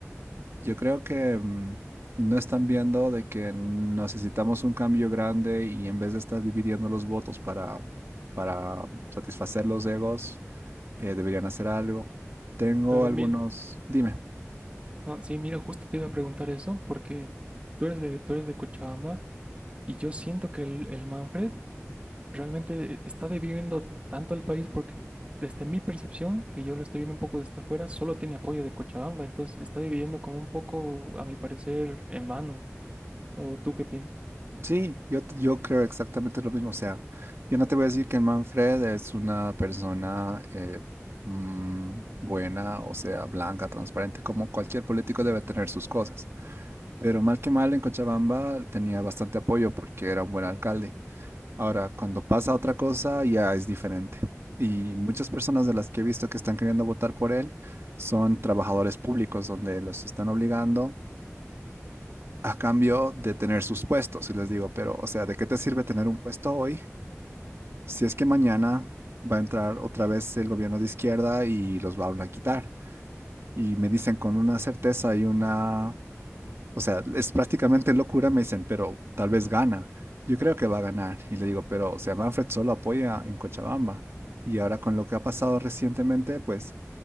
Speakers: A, on the right; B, on the right.
A: yo creo que mm, no están viendo de que necesitamos un cambio grande y en vez de estar dividiendo los votos para, para satisfacer los egos, eh, deberían hacer algo. Tengo
B: Claro,
A: algunos,
B: mi-
A: dime,
B: no, sí, mira, justo te iba a preguntar eso, porque tú eres de, tú eres de Cochabamba y yo siento que el, el Manfred realmente está dividiendo tanto al país porque desde mi percepción, que yo lo estoy viendo un poco desde afuera, solo tiene apoyo de Cochabamba, entonces está dividiendo como un poco, a mi parecer, en mano. ¿O tú qué piensas?
A: sí, yo, t- yo creo exactamente lo mismo. O sea, yo no te voy a decir que Manfred es una persona eh, mm, buena, o sea, blanca, transparente, como cualquier político debe tener sus cosas. Pero mal que mal en Cochabamba tenía bastante apoyo porque era un buen alcalde. Ahora, cuando pasa otra cosa, ya es diferente. Y muchas personas de las que he visto que están queriendo votar por él son trabajadores públicos, donde los están obligando a cambio de tener sus puestos. Y les digo, pero, o sea, ¿de qué te sirve tener un puesto hoy si es que mañana va a entrar otra vez el gobierno de izquierda y los va a quitar? Y me dicen con una certeza y una O sea, es prácticamente locura, me dicen, pero tal vez gana. Yo creo que va a ganar. Y le digo, pero, o sea, Manfred solo apoya en Cochabamba. Y ahora con lo que ha pasado recientemente, pues